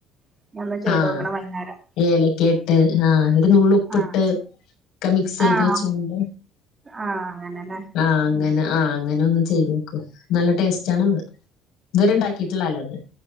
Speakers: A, on the right; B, on the left.
A: ഇനി ഒന്ന് ചെയ്തോക്കണം
B: ആഹ
A: വൈകുന്നേരം
B: ഏലക്കിട്ട് ആഹ ഒരു നുള്ളുപ്പിട്ട്
A: ആഹ്
B: ഒക്കെ മിക്സ് ചെയ്ത്
A: ആഹ്
B: വെച്ച് കാണ്ട്
A: ആഹ് അങ്ങനെല്ലേ
B: ആ അങ്ങനെ
A: ഉം
B: ആ അങ്ങനെ ഒന്ന് ചെയ്ത് നോക്ക് നല്ല ടേസ്റ്റ് ആണത് ഇതുവരെ ഇണ്ടാക്കിട്ട്ളാല്ലോ അത്